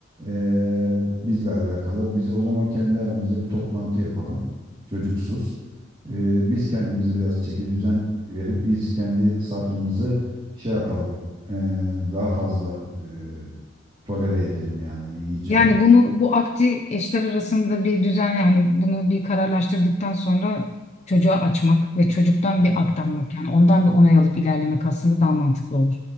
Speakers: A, on the right; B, on the left.
A: eee, bizle alakalı. Biz o zaman kendi aramızda bir toplantı yapalım. Çocuksuz. Eee, biz kendimizi biraz çeki düzen verip biz kendi sabrımızı şey yapalım. Eee, daha fazla eee, tolere edelim yani iyice.
B: Yani bunu bu akti eşler arasında bir düzen yani bunu bir kararlaştırdıktan sonra çocuğa açmak ve çocuktan
A: Evet
B: bir aktanmak yani ondan bir onay alıp ilerlemek aslında daha mantıklı olur.